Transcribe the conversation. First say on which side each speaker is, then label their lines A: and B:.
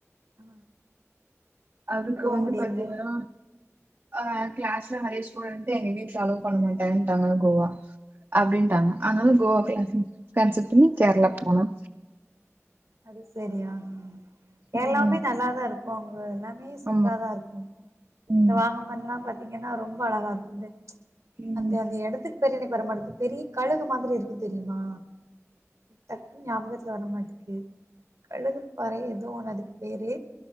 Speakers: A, on the right (about 80°); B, on the right (about 45°).
A: ஆ
B: அதுக்கு
A: போ
B: வந்து
A: முடியல
B: பாத்தீங்னா ஆஹ் கிளாஸ்ல நெறைய ஸ்டுடென்டு எங்க வீட்ல அலோ பண்ண மாட்டேன்டாங்க கோவா அப்டின்டாங்க அதனால கோவா கிளாஸ் கேன்சல் பண்ணி கேரளா போனோ
A: அது செரியா ஹ கேர்ளாவுமே
B: ம்
A: நல்லாதா இருக்கு அவங்க எல்லாமே சூப்பரா
B: ஆமா
A: தா இருக்கு
B: ம்
A: இந்த வாகமன் எல்லா பாத்தீங்கனா ரொம்ப அழகா இருக்கு இந்த
B: ம்
A: அந்த அந்த இடத்துக்கு பெரியனைக்கு <unintelligible> பெரிய கழுகு மாதிரி இருக்கு தெரியுமா டக்குனு ஞாபகத்துல வரமாட்டேங்குது <unintelligible> கழுகுப்பாறை ஏதோ அதுக்கு பேரு